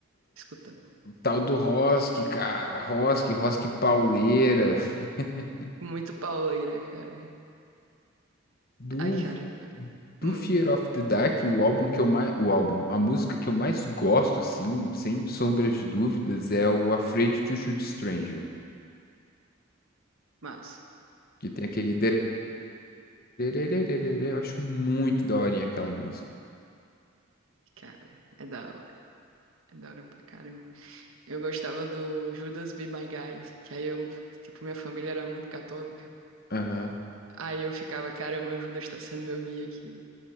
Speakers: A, on the right (about 75°); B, on the left (about 45°).
A: escutando.
B: o tal do Rosk, cara, Rosk, Rosk pauleira. <laughs>
A: Muito pauleira, cara.
B: Do
A: Ai, cara. velho. Hum,
B: Fire of the Dark, o álbum que eu mais, o álbum, a música que eu mais gosto, assim, sem sombras de dúvidas, é o Afraid to Shoot Stranger,
A: massa.
B: que tem aquele, eu acho muito da hora aquela música.
A: Cara, é da hora. É da hora pra caramba. Eu gostava do Judas Be My Guide, que aí eu, tipo, minha família era muito católica.
B: Ah.
A: Aí eu ficava, caramba, o Judas tá sendo meu guia aqui.